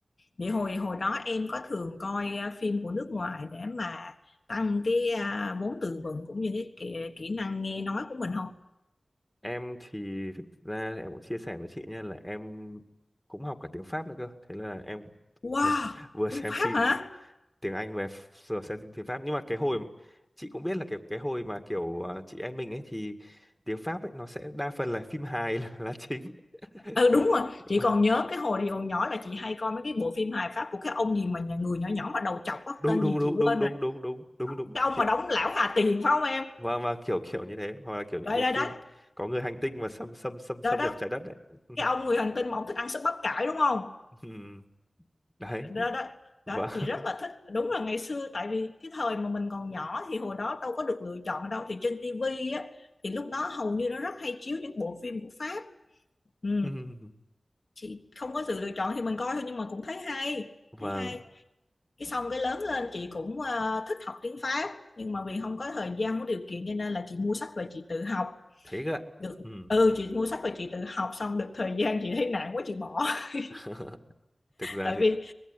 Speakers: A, on the left; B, in the centre.
A: Vậy hồi hồi đó em có thường coi à, phim của nước ngoài để mà tăng cái à, vốn từ vựng cũng như cái kỹ, kỹ năng nghe nói của mình không?
B: em thì thực ra thì em cũng chia sẻ với chị nha là em cũng học cả tiếng Pháp nữa cơ thế là em
A: Wow,
B: vừa, <laughs> vừa xem
A: tiếng Pháp
B: phim
A: hả?
B: tiếng Anh về vừa xem phim tiếng Pháp nhưng mà cái hồi chị cũng biết là kiểu cái hồi mà kiểu à, chị em mình ấy thì tiếng Pháp ấy nó sẽ đa phần là phim hài <laughs> là, là chính <laughs>
A: Ừ
B: có
A: đúng rồi,
B: vâng.
A: chị còn nhớ cái hồi đi còn nhỏ là chị hay coi mấy cái bộ phim hài Pháp của cái ông gì mà nhà người nhỏ nhỏ mà đầu chọc á,
B: đúng
A: tên
B: đúng
A: gì
B: đúng
A: chị
B: đúng
A: quên
B: đúng
A: rồi.
B: đúng đúng đúng đúng
A: Cái ông
B: chị
A: mà
B: ạ
A: đóng lão Hà Tiền phải không em?
B: và và kiểu kiểu như thế hoặc là kiểu những
A: Đấy
B: cái
A: đấy
B: phim
A: đấy.
B: có người hành tinh mà xâm xâm xâm xâm
A: Rồi đó,
B: nhập trái đất đấy <laughs>
A: cái ông người hành tinh mà ông thích ăn súp bắp cải đúng không?
B: Ừm, đấy
A: đó, đó
B: và
A: đó chị rất là thích đúng là ngày xưa tại vì cái thời mà mình còn nhỏ thì hồi đó đâu có được lựa chọn đâu thì trên tivi á thì lúc đó hầu như nó rất hay chiếu những bộ phim của Pháp ừ.
B: <laughs>
A: chị không có sự lựa chọn thì mình coi thôi nhưng mà cũng thấy hay
B: và
A: thấy hay cái xong cái lớn lên chị cũng ờ, thích học tiếng Pháp nhưng mà vì không có thời gian có điều kiện cho nên là chị mua sách và chị tự học
B: thế cơ ạ.
A: được
B: Ừ.
A: ừ chị mua sách và chị tự học xong được thời gian chị thấy nản quá chị bỏ <laughs>
B: <laughs> thực ra
A: tại
B: thì
A: vì